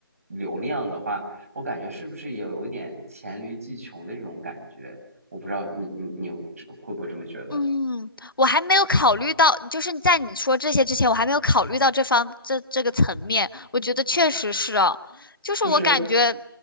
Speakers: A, on the right (about 40°); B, on the left (about 70°).
A: 流量的话，我感觉是不是也有一点黔驴技穷的这种感觉？我不知道你你你会不会这么觉得？
B: 嗯，我还没有考虑到，就是在你说这些之前，我还没有考虑到这方这这个层面。我觉得确实是哦，就是我感觉，
A: 就是，